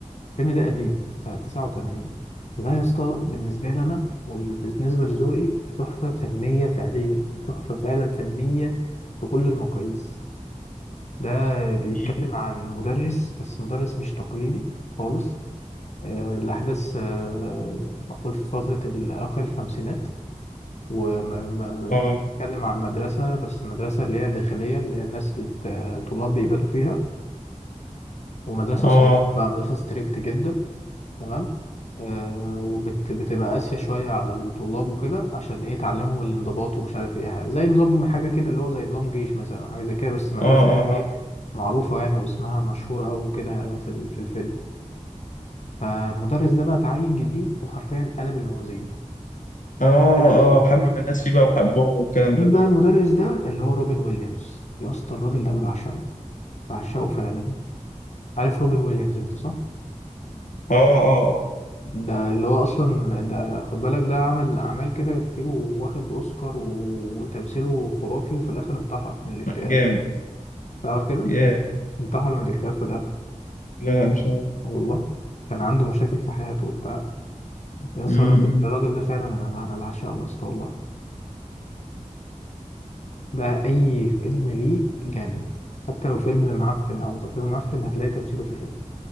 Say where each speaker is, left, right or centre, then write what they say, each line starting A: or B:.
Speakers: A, on the left; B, on the left.
A: الفيلم ده قديم سنة 89 فده يا اسطى بالنسبة لي أنا وبالنسبة لذوقي بتحفة فنية فعلية تحفة فعلا فنية بكل المقاييس ده بيتكلم
B: مم.
A: عن مدرس بس مدرس مش تقليدي خالص آه، الأحداث آه، المفروض في فترة ال- أواخر الخمسينات وبيتكلم
B: اه
A: عن مدرسة بس مدرسة اللي هي داخلية اللي هي الناس بت... آه، طلاب بيباتوا فيها ومدرسة
B: اه
A: صارمة بقى مدرسة ستريكت جدا تمام آه وبتبقى قاسية شوية على الطلاب وكده عشان ايه تعلمهم الانضباط ومش عارف ايه حاجة. زي نظام حاجة كده اللي هو زي نظام جيش مثلا أو حاجة زي كده بس مدرسة
B: اه
A: يعني
B: اه
A: ايه معروفة يعني واسمها مشهور أوي كده في ال- في الفيلم فالمدرس ده بقى اتعين جديد وحرفيا قلب الموازين
B: اه اه,
A: قلب الم...
B: آه. حب الناس فيه بقى وحبهم والكلام
A: مين
B: ده
A: بقى المدرس ده اللي هو روبن ويليامز يا اسطى الراجل ده انا بعشقه بعشقه فعلا عارف روبن ويليامز انت صح؟
B: اه اه اه
A: ده اللي هو اصلا ده خد بالك ده عمل اعمال كده كتير وواخد اوسكار وتمثيله خرافي وفي الاخر انتحر من الاكتئاب
B: لا، جامد
A: تعرف كده
B: ياه
A: انتحر من الاكتئاب في الاخر
B: لا لا مش عارف
A: آه والله كان عنده مشاكل في حياته وبتاع يا اسطى
B: مم.
A: الراجل الراجل ده فعلا انا انا بعشقه يا اسطى والله ده اي فيلم ليه جامد حتى لو فيلم معفن او تقييمه معفن هتلاقي تمثيله فيه حلو